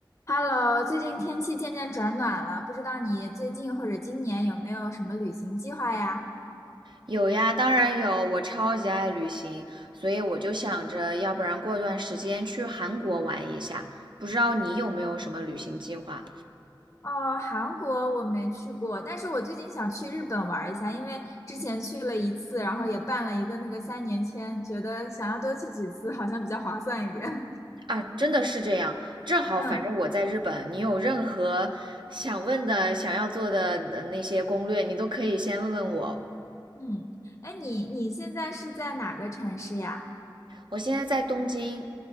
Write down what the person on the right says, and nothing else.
有呀，当然有，我超级爱旅行，所以我就想着，要不然过段时间去韩国玩一下。不知道你有没有什么旅行计划
啊？真的是这样，正好，
反正我在日本，你有任何想问的、想要做的呃那些攻略，你都可以先问问我。
我现在在东京，